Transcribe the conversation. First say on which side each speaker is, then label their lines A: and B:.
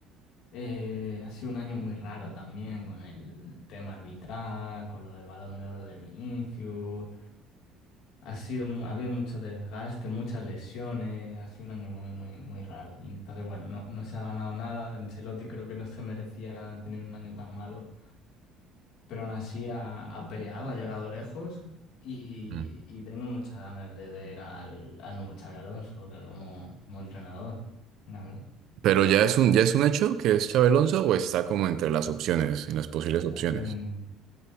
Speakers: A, on the left (about 70°); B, on the right (about 65°).
A: Eh, ha sido un año muy raro también con el tema arbitral, con lo del Balón de Oro de Vinicius. Ha sido, mu- ha habido mucho desgaste, muchas lesiones. Ha sido un año muy, muy, muy raro. Y Entonces, bueno, no, no se ha ganado nada. Ancelotti creo que no se merecía tener un año tan malo. pero aún así ha, ha peleado, ha llegado lejos y,
B: Mm.
A: y tengo muchas ganas de ver al, al nuevo Xabi Alonso que como, como entrenador, la verdad.
B: Pero ya es un, ya es un hecho que es Xabi Alonso o está como entre las opciones, en las posibles opciones.
A: Eh,